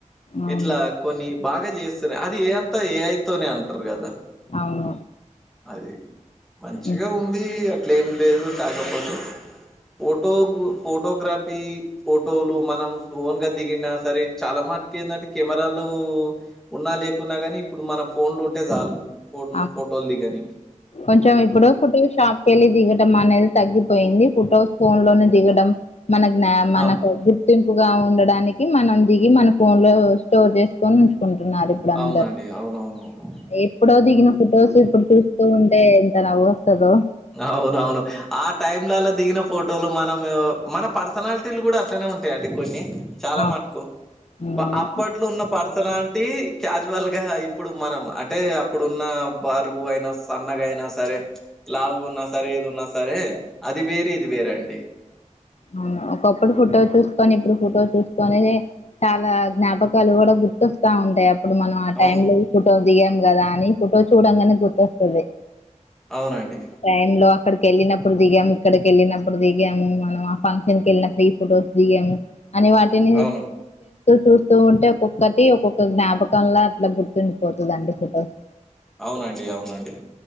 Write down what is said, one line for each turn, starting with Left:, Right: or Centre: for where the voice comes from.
Left: అవును
Centre: ఇట్లా కొన్ని బాగా చేస్తున్నాయి అది ఏ అంతా ఏఐ తోనే అంటారు కదా
Left: అవును
Centre: అది మంచిగా
Left: ఉమ్.
Centre: ఉంది అట్లెం లేదు కాకపోతే ఫోటో ఫోటోగ్రఫీ ఫోటోలు మనం ఓన్ గా దిగిన సరే చాలా మట ఏంటంటే కెమెరాలు ఉన్నా లేకున్నా గానీ ఇప్పుడు మన ఫోన్లు ఉంటే చాలు ఫోన్
Left: అ
Centre: ఫోటోలు దిగనీకి
Left: కొంచెం ఇప్పుడో ఫుటో షాప్ పెళ్ళి దిగడం అనేది తగ్గిపోయింది ఫోటో ఫోన్ లోనే దిగడం మన జ్ఞా మనకు
Centre: ఆ
Left: గుర్తింపుగా ఉండడానికి మనం దిగి మన ఫోన్ లో స్టోర్ చేసుకొని ఉంచుకున్నాం న్నారు బందర్
Centre: అవునండి అవునవునవును.
Left: ఎప్పుడో దిగిన ఫొటోస్ ఇప్పుడు చూస్తూ ఉంటే ఎంత నవ్వు వస్తదో
Centre: అవున అవును ఆ టైం లల్ల దిగిన ఫోటోలు మనము మన పర్సనాలిటీలు కూడా అట్లనే ఉంటాయండి కొన్ని చాలా
Left: అవును
Centre: మటుకు
Left: అవును
Centre: అప్పట్లో ఉన్న పరి పర్సనాలిటీ క్యాజువల్ గా ఇప్పుడు మనం అంటే అప్పుడున్న బరుగు అయినా సన్నగాయినా యినా సరే లావుగా ఉన్న సరే ఏది ఉన్నా సరే అది వేరు ఇది వేరండి
Left: అవును ఒకప్పుడు ఫోటో చూసుకొని ఇప్పుడు ఫోటో చూసు పనేదే చాలా జ్ఞాపకాలు కూడా గుర్తొస్తా ఉంటాయి అప్ ఇప్పుడు మనం ఆ
Centre: అవును.
Left: టైం లో ఈ ఫోటో దిగాం కదా అని ఫోటో చూడంగానే గుర్తొస్తుంది
Centre: అవునండి.
Left: టైం లో అక్కడికి వెళ్ళినప్పుడు దిగాము ఇక్కడికి వెళ్ళినప్పుడు దిగాము మనం ఫంక్షన్ కి వెళ్ళినప్పుడు ఈ ఫొటోస్ దిగమ్ అని వాటిని
Centre: అవును.
Left: చూస్తూ ఉంటే ఒక్కొక్కటి ఒక్కొక్క జ్ఞాపకంలా అట్లా గుర్తుండిపోతుందండి ఫోటోస్
Centre: అవునండి. అవునండి.